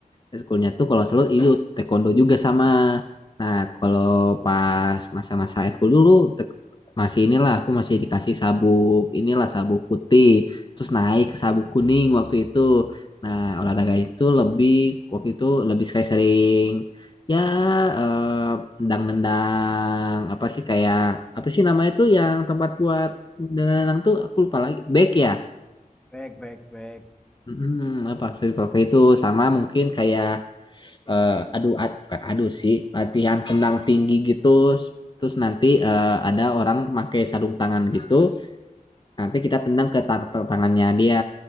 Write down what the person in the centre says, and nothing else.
Baik, baik, baik.